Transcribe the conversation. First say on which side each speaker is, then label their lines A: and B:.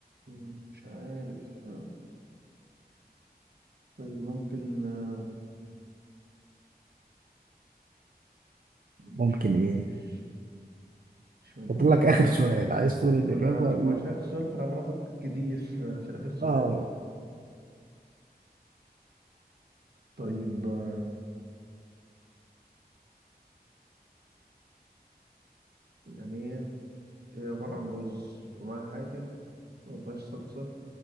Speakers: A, on the right; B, on the right.
A: مم، مش عارف آه، طيب ممكن آه، مش
B: ممكن إيه
A: مش مش مجمعة
B: فاضل لك آخر
A: خالص
B: سؤال عايز تقول الإجابة
A: ما أنا عشان
B: قول
A: ما هو عشان آخر سؤال فأنا عمال أفكر كتير <laughs> عشان آخر سؤال
B: آه
A: طيب آه، يعني ايه هي عبارة عن رز ومعاها حاجة وما فيهاش صلصة